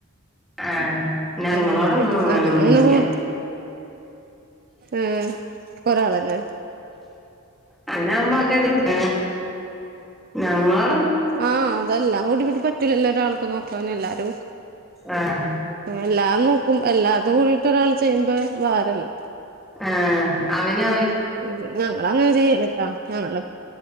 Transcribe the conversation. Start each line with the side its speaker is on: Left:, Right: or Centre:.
Centre: ആഹ് ഞങ്ങളോടൊന്നും
Right: ആ അങ്ങനെ
Centre: ഇങ്ങനൊന്നുംല്ല.
Right: അങ്ങനെ അങ്ങനെ പോണ് ഏ ഒരാളന്നെ
Centre: അങ്ങനാവുമ്പോ അക്കെന്തേലും ഇട് ഞങ്ങൾ
Right: ആഹ് അതെല്ലാം കൂടിങ്ട്ട് പറ്റൂലല്ലോ ഒരാൾക്ക് നോക്കാന് എല്ലാരും
Centre: ആഹ്
Right: എല്ലാവും നോക്കും എല്ലാതും കൂടിട്ട് ഒരാൾ ചെയ്യുമ്പോ ഭാരല്ലേ
Centre: ആഹ് അവനായ്
Right: ഇത് ഞങ്ങളങ്ങനെ ചെയ്യല്ട്ടാ ഞങ്ങള